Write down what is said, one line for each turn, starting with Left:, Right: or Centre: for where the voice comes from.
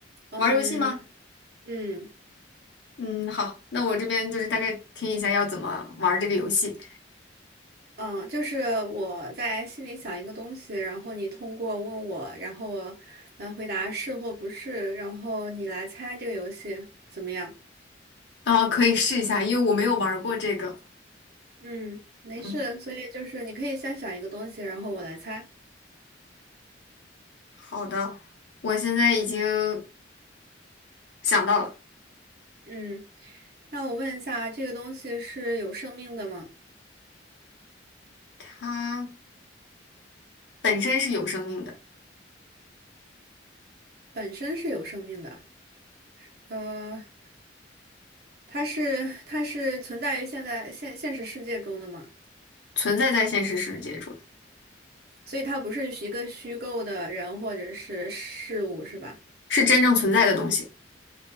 Right: 嗯
Left: 玩儿游戏吗？
Right: 嗯
Left: 嗯，好，那我这边就是大概听一下要怎么玩儿这个游戏，
Right: 嗯，就是我在心里想一个东西，然后你通过问我，然后我来回答是或不是，然后你来猜这个游戏怎么样？
Left: 然后可以试一下，因为我没有玩儿过这个。
Right: 嗯，没事，
Left: 嗯，
Right: 所以就是你可以先想一个东西，然后我来猜。
Left: 好的，我现在已经想到了，
Right: 嗯，那我问一下，这个东西是有生命的吗？
Left: 它本身是有生命的，
Right: 本身是有生命的。呃。它是它是存在于现在现现实世界中的嘛，
Left: 存在在现实世界中，
Right: 所以它不是一个虚构的人或者是事物，是吧？
Left: 是真正存在的东西，